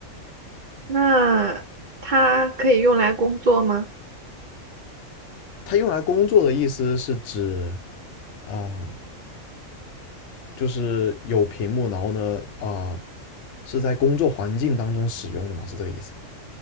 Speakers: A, on the right; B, on the left.
A: 那它可以用来工作吗？
B: 它用来工作的意思是指啊、就是有屏幕，然后呢，啊、呃是在工作环境当中使用的嘛？是这个意思吗？